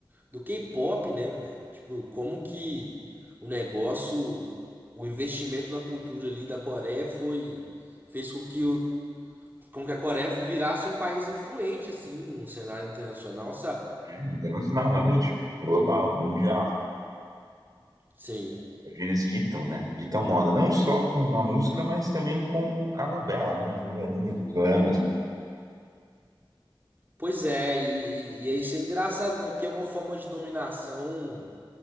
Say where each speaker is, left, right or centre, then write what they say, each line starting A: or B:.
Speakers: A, on the right; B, on the right.
A: do K-pop, né, velho? Tipo, como que o negócio, o investimento na cultura ali da Coreia foi fez com que o com que a Coreia virasse um país influente assim no cenário internacional, sabe?
B: É internacional, realmente. Global, mundial.
A: Sim.
B: Eles ditam, né? Ditam moda, não só com a música, mas também com a novela, né? As novelinhas, os doramas,
A: Pois é, e, e, e é isso é engraçado, né? Porque é uma forma de dominação